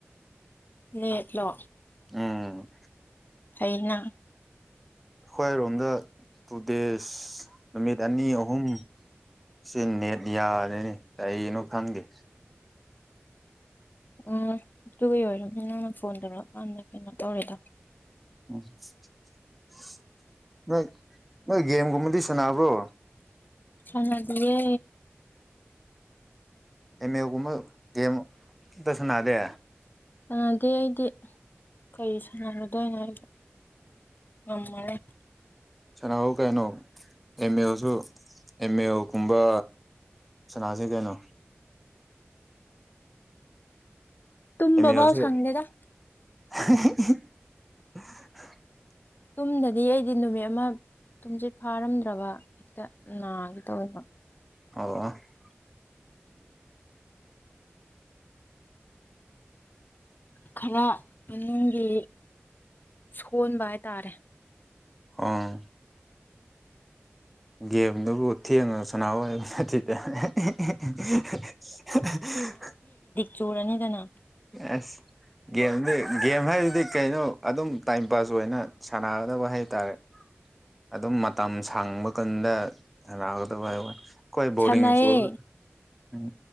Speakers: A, on the left (about 45°); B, in the centre.
A: ꯅꯦꯠꯂꯣ
B: ꯎꯝ
A: ꯑꯩꯅ
B: ꯑꯩꯈꯣꯏꯔꯣꯝꯗ ꯇꯨ ꯗꯦꯖ ꯅꯨꯃꯤꯠ ꯑꯅꯤ ꯑꯍꯨꯝ ꯁꯤ ꯅꯦꯠ ꯌꯥꯔꯔꯦ ꯀꯩꯅꯣ ꯈꯪꯗꯦ
A: ꯎꯝ ꯑꯗꯨꯒꯤ ꯑꯣꯏꯔꯃꯤ ꯅꯪꯅ ꯐꯣꯟ ꯇꯧꯔꯛꯑꯀꯥꯟꯗ ꯀꯩꯅꯣ ꯇꯧꯔꯤꯗꯣ
B: <inaudible> ꯅꯣꯏ ꯅꯣꯏ ꯒꯦꯝꯒꯨꯝꯕꯗꯤ ꯁꯥꯟꯅꯕ꯭ꯔꯣ
A: ꯁꯥꯟꯅ ꯗꯤꯌꯦ
B: ꯑꯦꯝ ꯂꯦꯜ ꯒꯨꯝꯕ ꯒꯦꯝ ꯑꯝꯇ ꯁꯥꯟꯅꯗꯦ
A: ꯁꯥꯟꯅꯗꯦ ꯑꯩꯗꯤ ꯀꯔꯤ ꯁꯥꯟꯅꯔꯨꯗꯣꯏꯅꯣ ꯑꯩ <inaudible>
B: ꯁꯥꯟꯅꯍꯧ ꯀꯩꯅꯣ ꯑꯦꯝ ꯑꯦꯜ ꯑꯣꯏꯁꯨ ꯑꯦꯝ ꯑꯦꯜ ꯒꯨꯝꯕ ꯁꯅꯥꯁꯤ ꯀꯩꯅꯣ
A: ꯇꯨꯝ
B: ꯑꯦꯝ
A: ꯕꯥꯕꯣꯛ
B: ꯑꯦꯜꯁꯨ
A: ꯁꯪꯗꯦꯗ
B: <inaudible>
A: ꯇꯨꯝꯗꯗꯤ ꯑꯩꯗꯤ ꯅꯨꯃꯤꯠ ꯑꯃ ꯇꯨꯝꯁꯤꯠ ꯐꯥꯔꯝꯗ꯭ꯔꯕ ꯍꯦꯛꯇ ꯅꯥꯒꯦ ꯇꯧꯏꯕ
B: <inaudible>
A: ꯈꯔ ꯏꯃꯨꯡꯒꯤ ꯁꯣꯟꯕ ꯍꯥꯏꯇꯥꯔꯦ
B: ꯑꯪ ꯒꯦꯝꯗꯨꯕꯨ ꯊꯦꯡꯉꯒ ꯁꯅꯥꯕ ꯅꯠꯇꯗ <unintelligible>
A: ꯆꯣꯔ ꯅꯤꯗꯅ
B: ꯑꯁ ꯒꯦꯝꯗꯤ ꯒꯦꯝ ꯍꯥꯏꯁꯤꯗꯤ ꯀꯩꯅꯣ ꯑꯗꯨꯝ ꯇꯥꯏꯝ ꯄꯥꯁ ꯑꯣꯏꯅ ꯁꯥꯟꯅꯒꯗꯕ ꯍꯥꯏ ꯇꯔꯦ ꯑꯗꯨꯝ ꯃꯇꯝ ꯁꯪꯕ ꯀꯟꯗ ꯁꯟꯅꯒꯗꯕ ꯍꯥꯏꯕ ꯈꯣꯏ ꯕꯣꯔꯤꯡ
A: ꯁꯥꯟꯅꯩꯌꯦ
B: ꯆꯨ ꯎꯝ